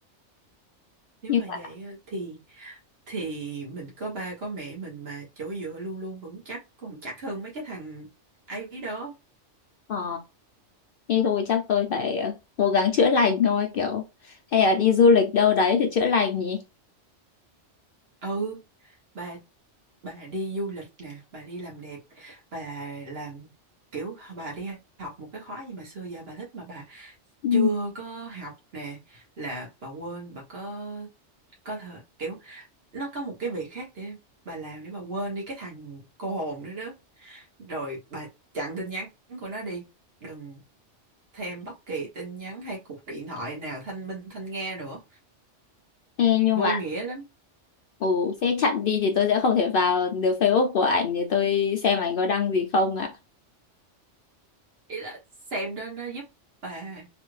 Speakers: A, on the right (about 55°); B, on the left (about 60°).
A: Nếu
B: nhưng
A: mà
B: mà
A: vậy á, thì thì mình có ba có mẹ mình mà chỗ dựa luôn luôn vững chắc còn chắc hơn mấy cái thằng ấy đó.
B: ờ thế thôi chắc tôi phải ờ, cố gắng chữa lành thôi kiểu hay là đi du lịch đâu đấy để chữa lành nhỉ
A: Ừ, bà bà đi du lịch nè, bà đi làm đẹp, bà làm kiểu bà đi học một cái khóa gì mà xưa giờ bà thích mà bà
B: Ừ.
A: chưa có học nè là bà quên bà có có thể kiểu nó có một cái việc khác để bà làm để bà quên đi cái thằng cô hồn nữa đó rồi bà chặn tin nhắn của nó đi đừng thêm bất kỳ tin nhắn hay cuộc điện thoại nào thanh minh thanh nghe nữa
B: Ê, nhưng
A: vô
B: mà
A: nghĩa lắm
B: Ồ, thế chặn đi thì tôi sẽ không thể vào được Facebook của ảnh để tôi xem ảnh có đăng gì không ạ.
A: ý là xem đó nó giúp bà